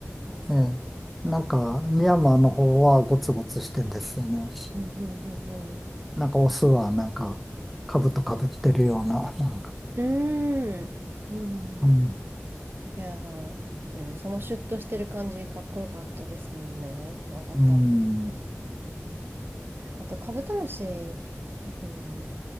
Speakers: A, on the right (about 45°); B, in the centre.
A: ですよ。
B: う。ええ。なんか、
A: あの、
B: ミヤマーの方はゴツゴツしてんですよね。
A: うんうんうんうん
B: なんかオスはなんか、兜かぶってるような。なんか
A: うーん。うん。
B: うん。
A: いやー、うん、そのシュッとしてる感じ、かっこよかったですもんね。クワガタ。
B: うん。
A: うんあと、カブトムシ、うん、